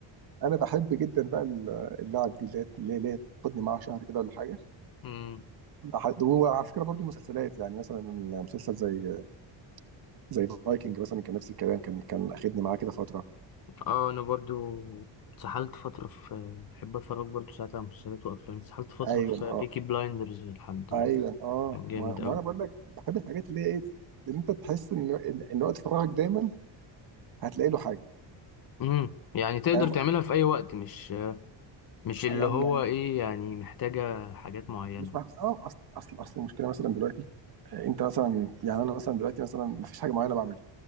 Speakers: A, on the right (about 50°); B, on the left (about 50°).
A: انا بحب جدا بقى ال- اللعب دي اللي هي اللي هي تاخدني معاها شهر كده ولا حاجه
B: امم
A: لحد- وعلى فكره برضو مسلسلات يعني مثلا مسلسل زي زي فايكنج مثلا كان نفس الكلام كان كان اخدني معاه كده فتره
B: اه انا برضو اتسحلت فترة في بحب اتفرج برضو ساعات على مسلسلات وافلام اتسحلت فترة
A: ايوه
B: في
A: آه.
B: بيكي بلايندرز لحد
A: ايوه اه
B: كان جامد
A: ما ما
B: اوي
A: انا بقول لك بحب الحاجات اللي هي ايه اللي انت تحس ان ان إن وقت فراغك دايما هتلاقي له حاجه
B: امم يعني تقدر
A: أم-
B: تعملها في اي وقت مش مش اللي
A: آه، يعني
B: هو
A: يعني
B: ايه يعني محتاجة حاجات معينة
A: مش مع... اه اصل اصل اصل المشكله مثلا دلوقتي آه، انت مثلا يعني انا مثلا دلوقتي مثلا ما فيش حاجه معينه بعملها